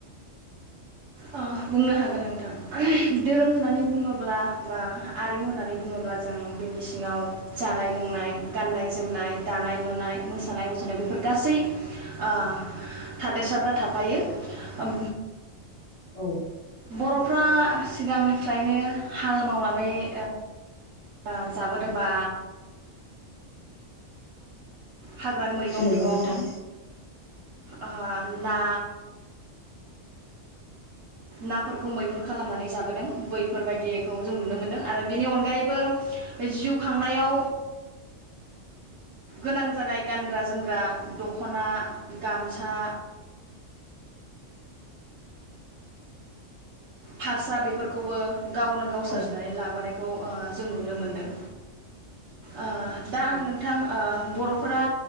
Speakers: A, on the right; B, on the left.
A: अ बुंनो हागोन नोंथां। <unintelligible> दोरों होननानै बुङोब्ला बा आरिमु होननानै बुङोब्ला जों बिनि सिङाव जानाय-लोंनाय, गान्नाय-जोमनाय, दानाय-लुनाय, मोसानाय-मुसुरनाय बेफोर गासै ओ थादेरसाफ्रा थाफायो। ओ
B: औ
A: बर'फ्रा ओ सिगांनिफ्रायनो हाल मावनानै ओ आ जाबोदोबा हाग्रानि मैगं-थाइगं।
B: नंगौ नोंथां
A: ओ ना नाफोरखौ मैहुर खालामनानै जाबोदों बैफोरबायदिखौ जों नुनो मोन्दों आरो बेनि अनगायैबो जिउ खांनायाव गोनां जानाय गानग्रा-जोमग्रा दख'ना, गामसा। फारसा बेफोरखौबो गावनो गाव सोरजिनानै
B: औ
A: लाबोनायखौ बा जों नुनो मोनदों। ओ दा
B: औ
A: आं नोंथां ओ बर'फ्रा